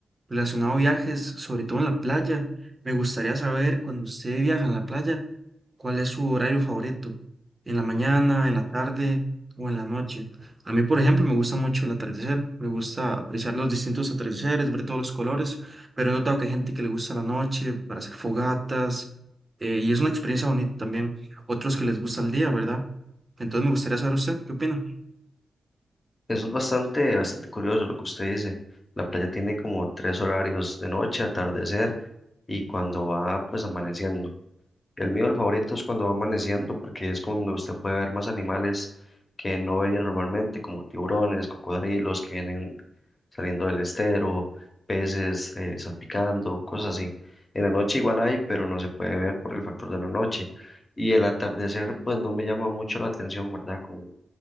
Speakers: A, on the right; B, on the left.
A: relacionado a viajes, sobre todo en la playa, me gustaría saber cuando usted viaja en la playa. ¿Cuál es su horario favorito? ¿En la mañana, en la tarde o en la noche? A mí, por ejemplo, me gusta mucho el atardecer. Me gusta apreciar los distintos atardeceres, ver todos los colores, pero he notado que hay gente que le gusta la noche para hacer fogatas eh, y es una experiencia bonita también. Otros que les gusta el día, ¿verdad? Entonces me gustaría saber usted, ¿qué opina?
B: Eso es bastante, bastante curioso lo que usted dice. La playa tiene como tres horarios de noche, atardecer y cuando va pues amaneciendo. El mío, el favorito, es cuando va amaneciendo, porque es cuando usted puede ver más animales que no vería normalmente, como tiburones, cocodrilos que vienen saliendo del estero, peces eh, salpicando, cosas así. En la noche igual hay, pero no se puede ver por el factor de la noche. Y el atardecer, pues no me llama mucho la atención, ¿verdad? Como